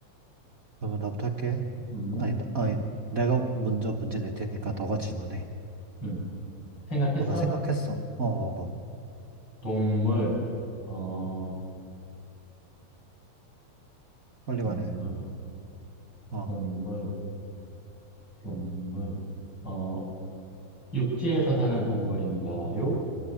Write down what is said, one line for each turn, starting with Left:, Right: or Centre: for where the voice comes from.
Right: 그러면 나부터 할게.
Left: 음,
Right: 아니, 나- 아니, 내가 먼저 문제 낼 테니까 너가 질문해.
Left: 음. 생각했어?
Right: 어, 나 생각했어. 어, 어, 어.
Left: 동물, 어,
Right: 빨리
Left: 동물,
Right: 말해. 어,
Left: 동물, 동물, 어, 육지에서 사는 동물인가요?